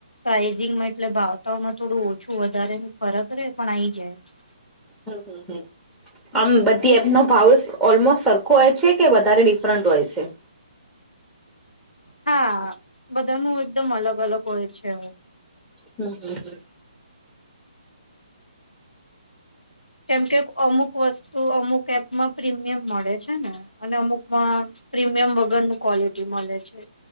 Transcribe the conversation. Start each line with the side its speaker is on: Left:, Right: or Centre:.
Left: પ્રાઇઝિંગમાં એટલે ભાવતાઓમાં થોડું ઓછું વધારે નુ ફરક રહેે પણ આઈ જાય.
Centre: હમ હમ હમ. આમ બધી એપનો ભાવ ઓલમોસ્ટ સરખો હોય છે કે વધારે ડિફરન્ટ હોય છે.
Left: હા બધાનું એકદમ અલગ અલગ હોય છે.
Centre: હમ હમ હમ.
Left: કેમ કે અમુક વસ્તુ અમુક એપમાં પ્રીમિયમ મળે છે ને અને અમુકમાં પ્રીમિયમ વગરનું ક્વોલિટી મળે છે.